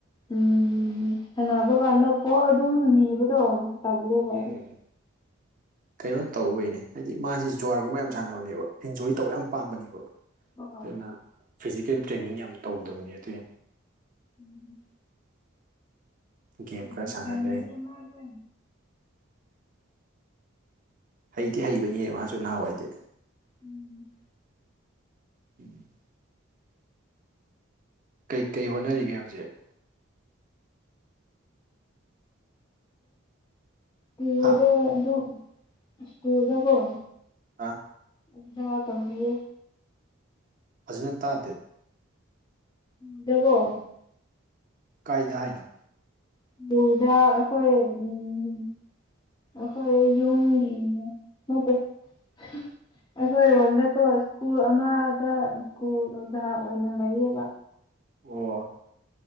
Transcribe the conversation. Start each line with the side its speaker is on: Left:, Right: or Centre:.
Left: ꯎꯝ ꯁꯅꯕ ꯀꯥꯟꯗ ꯄꯣ ꯑꯗꯨꯝ ꯅꯤꯕꯗꯣ ꯇꯜꯂꯦꯕ
Right: ꯅꯦ
Left: <inaudible>
Right: ꯀꯩꯅꯣ ꯇꯧꯕꯈꯩꯅꯦ ꯍꯥꯏꯗꯤ ꯃꯥꯁꯤ ꯖꯨꯋꯥꯔꯒꯨꯝꯕ ꯌꯥꯝ ꯁꯥꯟꯅꯕꯅꯦꯕ ꯑꯦꯟꯖꯣꯏ ꯇꯧꯕ ꯌꯥꯝ ꯄꯥꯝꯕꯅꯦꯕ
Left: ꯍꯣꯏ
Right: ꯑꯗꯨꯅ ꯐꯤꯖꯤꯀꯦꯜ ꯇ꯭ꯔꯦꯅꯤꯡ ꯌꯥꯝ ꯇꯧꯗꯕꯅꯦ ꯑꯗꯨꯏ
Left: ꯎꯝ
Right: ꯒꯦꯝ ꯈꯔ
Left: ꯑꯣ
Right: ꯁꯥꯟꯅ
Left: ꯆꯅꯗꯤꯃꯗ
Right: ꯂꯩ ꯍꯩꯗꯤ ꯍꯩꯕꯅꯦ ꯃꯥꯁꯨ ꯅꯍꯥꯟꯋꯥꯏꯗꯤ
Left: ꯎꯝ
Right: ꯎꯝ ꯀꯩ ꯀꯩ ꯍꯣꯠꯅꯔꯤꯒꯦ ꯍꯧꯖꯤꯛ
Left: <unintelligible>
Right: ꯍꯥ
Left: ꯏꯁ꯭ꯀꯨꯜꯗꯀꫭ
Right: ꯑꯥ
Left: <unintelligible> ꯇꯝꯕꯤꯌꯦ
Right: ꯐꯖꯅ ꯇꯥꯗꯦ
Left: <unintelligible>
Right: ꯀꯥꯏꯗ ꯍꯥꯏꯅꯣ
Left: <unintelligible> ꯑꯩꯈꯣꯏ ꯎꯝ ꯑꯩꯈꯣꯏ ꯌꯨꯝꯒꯤꯅꯦ <unintelligible> ꯑꯩꯈꯣꯏꯔꯣꯝꯗꯀꯣ ꯏꯁ꯭ꯀꯨꯜ ꯑꯃꯗ ꯏꯁ꯭ꯀꯨꯜ ꯑꯣꯖꯥ ꯑꯣꯏꯅ ꯂꯩꯌꯦꯕ
Right: ꯑꯣ